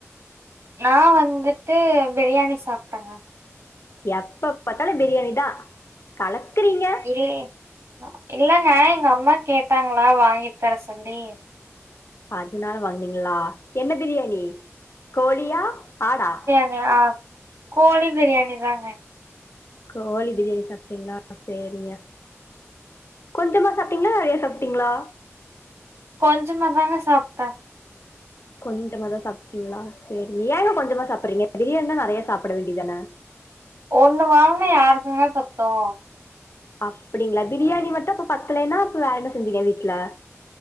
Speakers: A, on the right; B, on the left.
A: நா வந்துட்டு பிரியாணி சாப்ட்டங்க
B: எப்ப பாத்தாலு பிரியாணிதா கலக்குறீங்க
A: இல்லயே இல்லங்க எங்க அம்மா கேட்டாங்ளா வாங்கி தர சொல்லி
B: அதுனால வாங்னீங்குளா என்ன பிரியாணி கோழியா ஆடா
A: எ ஆ கோழி பிரியாணி தாங்க
B: கோழி பிரியாணி சாப்ட்டீங்ளா சேரிங்க கொஞ்சமா சாப் டிங்ளா நெறைய சாப்ட்டீங்ளா
A: கொஞ்சுமா தாங்க சாப்ட்ட
B: கொஞ்சமாதா சாப்ட்டீங்ளா சேரிங்க ஏங்க கொஞ்சமா சாப்புறீங்க பிரியாண்னா நெறையா சாப்புட வேண்டிதான
A: ஒன்னு வாங்னா யாருக்குங்க பத்தூ
B: அப்புடிங்ளா பிரியாணி மட்டு அப்பு பத்துலேனா அப்பு வேறென்ன செஞ்சீங்க வீட்ல